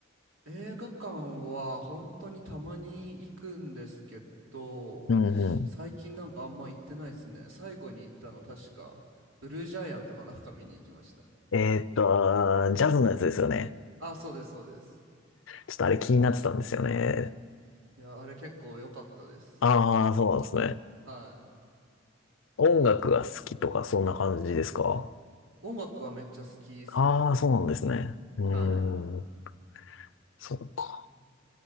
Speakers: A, on the right; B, on the left.
A: 映画館は本当にたまに行くんですけど、
B: うんう
A: 最近なんかあんま行ってないですね。最後に行ったの確か、ブルージャイアンとかなんか見に行きました。
B: ん。えーっと、あージャズのやつですよね。
A: あ、そうです、そうです。
B: ちょっとあれ気になってたんですよね。
A: いや、あれ結構良かったです。
B: ああ、そうなんですね。
A: はい。
B: 音楽が好きとかそんな感じですか
A: 音楽はめっちゃ好きですね。
B: ああー、そうなんですね。うーん、
A: はい。
B: そうか。